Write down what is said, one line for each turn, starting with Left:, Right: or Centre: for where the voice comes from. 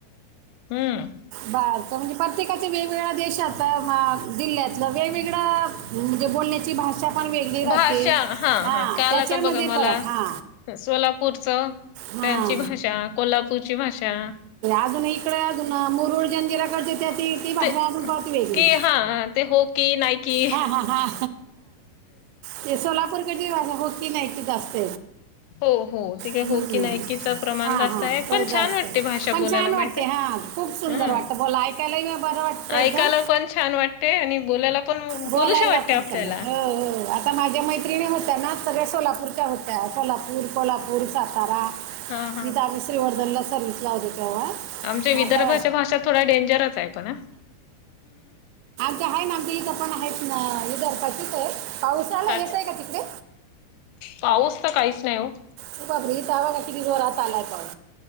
Left: हम्म
Right: ब म्हणजे प्रत्येकाच्या वेगवेगळ्या देशात जिल्ह्यातलं वेगवेगळं म्हणजे बोल ची भाषा पण वेगळी राहते
Left: भाषा
Right: हा
Left: काल
Right: त्याच्यामध्ये
Left: आता बघा मला
Right: फरक हा
Left: सोलापूरचं
Right: हा
Left: त्यांची भाषा कोल्हापूरची भाषा
Right: अजून इकडे अजून मुरुड ज्यां जला कळते त्या ती ती बाहे
Left: ते
Right: अजून पावती वेगळी
Left: की हा ते हो की नाही की
Right: हा ते सोलापूर कट हो कि नाही क जास्त
Left: हो हो तिकडे
Right: ह्म
Left: हो की नाहीकीचं प्रमाण
Right: हा
Left: जास्त
Right: हा
Left: आहे
Right: तर
Left: पण
Right: जास्त
Left: छान वाटते भाषा
Right: पण
Left: बोलायला
Right: छान
Left: माहित
Right: वाटते
Left: आहे
Right: हा खूप सुंदर
Left: हम्म
Right: वाटते तर बला ऐकायला म बरं वाटतं एकदम
Left: ऐकायला पण छान वाटते आणि बोलायला पण
Right: बोलायला
Left: बोलूशा वाटते
Right: हो
Left: आपल्याला
Right: हो आता माझ्या माहि तिणी होत्या ना सगळ्या सोलापूरच्या होत्या सोलापूर कोल्हापूर सातारा
Left: हा हा
Right: मी तरम श्रीवर्धनला सर्विस ला होते तेव्हा
Left: आमच्या
Right: मग
Left: विदर्भाच्या
Right: आता
Left: भाषा थोड डेंजरच आहे पण
Right: ते आहे ना आम इथं पण आहेत ना इदर पाचित आहे पावसाला
Left: काच
Right: येत आहे का तिकडे
Left: पाऊस तर काहीच नाही हो
Right: तू बापत हवा किती जोरात आलाय पण